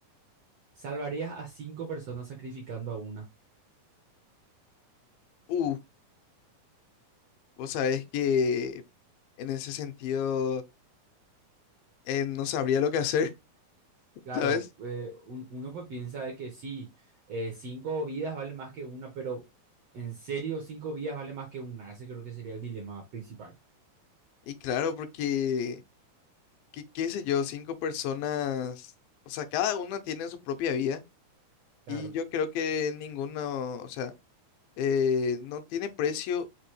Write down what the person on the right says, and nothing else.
¿Salvarías a cinco personas sacrificando a una?
Claro,
eh, un- uno pues piensa de que sí, eh, cinco vidas vale más que una, pero en serio, cinco vidas vale más que una. Ese creo que sería el dilema principal.
Claro,